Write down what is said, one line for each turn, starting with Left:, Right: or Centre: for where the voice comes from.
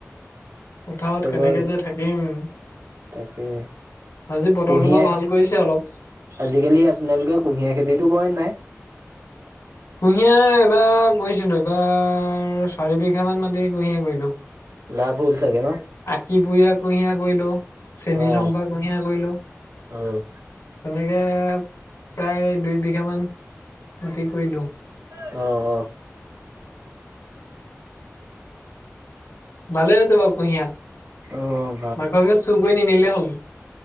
Left: পথাৰত
Right: তাৰপৰা
Left: কেনেকে যে থাকিম
Right: তাকে।
Left: আজি বতৰটো
Right: কুঁহিয়া
Left: বাও ভাল কৰিছে অলপ।
Right: আজিকালি আপোনালোকে কুঁহিয়াৰ খেতিটো কৰে নাই?
Left: কুঁহিয়াৰ এবাৰ কৰিছিলো এইবাৰ চাৰি বিঘা মান মাটি কুঁহিয়াৰই কৰিলো
Right: লাভ হল চাগে ন
Left: আঁকি <unintelligible> কুঁহিয়াৰ কৰিলো চেনী
Right: অ',
Left: চম্পকুঁহিয়াৰ কৰিলো
Right: অ',
Left: তেনেকে প্ৰায় দুই বিঘ মান মাটি কৰিলো
Right: অ অ
Left: ভালেই হৈছে বাৰু কুঁহিয়াৰ
Right: অ',
Left: মাঘৰ বিহুত চুৰ কৰি নিনিলে হ'ল